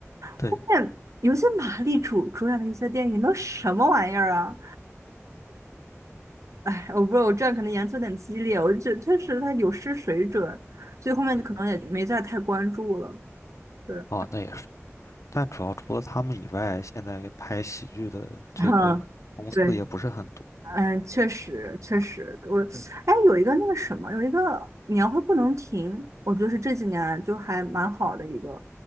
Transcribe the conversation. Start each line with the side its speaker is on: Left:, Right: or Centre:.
Left: 对，
Right: 后面有些马丽主主演的一些电影都什么玩意儿啊？哎，我不知道，我这样可能言辞有点激烈，我就觉得确实他有失水准，所以后面就可能也没再太关注了。
Left: 嗯嗯，
Right: 对
Left: 哦，那也是。但主要除了他们以外，现在拍喜剧的这个公司也不是很多。
Right: <laughs>，嗯，对，嗯，确实确实，我哎有一个那个什么，有一个年会不能停，我觉得是这几年就还蛮好的一个